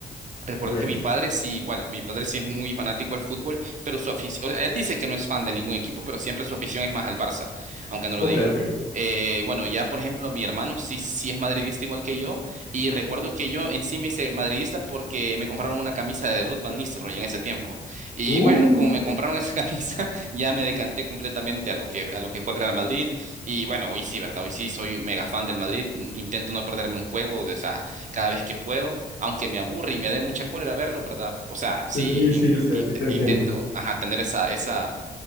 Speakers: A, on the right; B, on the left.
A: Recuerdo
B: Ok,
A: que mi padre sí, igual, mi padre sí es muy fanático al fútbol, pero su afición, él dice que no es fan de ningún equipo, pero siempre su afición es más al Barça, aunque no lo
B: ok,
A: diga.
B: ok.
A: Eh, bueno, ya por ejemplo, mi hermano sí, sí es madridista igual que yo, y recuerdo que yo en sí me hice madridista porque me compraron una camisa de Ruth Van Nistelrooy en ese tiempo. Y
B: Uh,
A: bueno, como me compraron esa <laughs> camisa, ya me decanté completamente a lo que, a lo que fue el Real Madrid. Y bueno, hoy sí, ¿verdad? Hoy sí soy mega fan del Madrid, intento no perderme un juego, de, o sea, cada vez que puedo aunque me aburre y me dé mucha cólera verlo, ¿verdad? O sea, sí,
B: sí,
A: in-
B: sí, yo sé,
A: in-
B: sí te entiendo.
A: intento, ajá, tener esa, esa,